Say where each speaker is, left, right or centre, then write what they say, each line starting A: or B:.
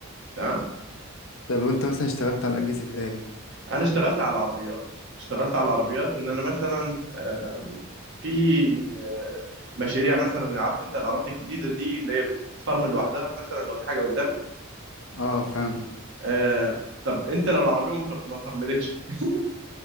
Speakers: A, on the right; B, on the left.
A: تمام
B: طب وأنت مثلا اشتغلت على أجهزة إيه؟
A: انا اشتغلت على العربيات اشتغلت على العربيات ان انا مثلا آم، في آه، مشاريع مثلا عارف انت العربيات الجديده دي اللي هي بتفرمل لوحدها مثلا لو في حاجه قدامك
B: اه فاهم
A: آه، طب انت لو العربيه ما ما فرملتش <laughs>